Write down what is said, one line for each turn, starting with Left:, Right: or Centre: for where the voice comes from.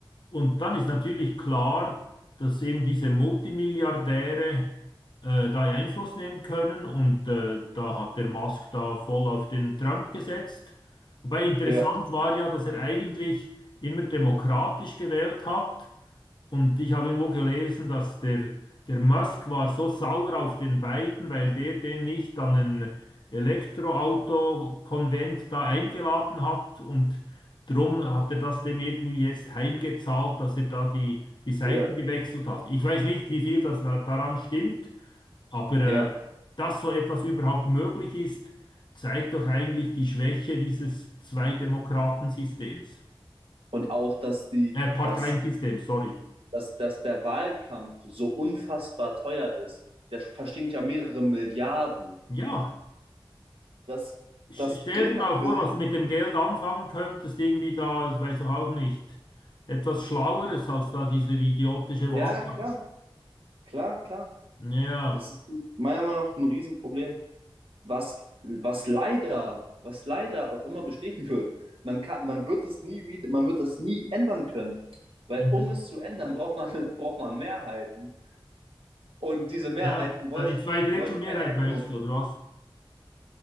Left: Und dann ist natürlich klar, dass eben diese Multimilliardäre äh, da Einfluss nehmen können und äh, da hat der Musk da voll auf den Trump gesetzt. Wobei interessant
Right: ja,
Left: war ja, dass er eigentlich immer demokratisch gewählt hat und ich habe irgendwo gelesen, dass der, der Musk war so sauer auf den Biden, weil der den nicht an ein Elektroauto-Konvent da eingeladen hat. Und drum hat er das dem irgendwie jetzt heimgezahlt, dass er da die, die Seiten
Right: ja,
Left: gewechselt hat. Ich weiß nicht, wie viel das da, daran stimmt, aber äh,
Right: ja.
Left: dass so etwas überhaupt möglich ist, zeigt doch eigentlich die Schwäche dieses Zwei-Demokraten-Systems.
Right: Und auch, dass die,
Left: Äh, Parteiensystems,
Right: dass
Left: sorry.
Right: dass, dass der Wahlkampf so unfassbar teuer ist. Der verstinkt ja mehrere Milliarden.
Left: Ja.
Right: Das, das
Left: Sch- Stell
Right: bringt
Left: dir mal
Right: natürlich,
Left: vor, was du mit dem Geld anfangen könntest, irgendwie da, das weiß doch auch nicht, etwas Schlaueres als da diese idiotische
Right: ja,
Left: Wahlkampf.
Right: klar, klar, klar.
Left: Ja,
Right: Es ist meiner Meinung nach ein Riesenproblem, was, was leider, was leider auch immer bestehen wird. Man kann, man wird es nie wieder, man wird das nie ändern können. Weil
Left: mhm.
Right: um es zu ändern, braucht man, <laughs> braucht man Mehrheiten. Und diese Mehrheiten
Left: Ja,
Right: wollen,
Left: da die Zweidrittelmehrheit
Right: wollen keine Änderung.
Left: meinst du, oder was?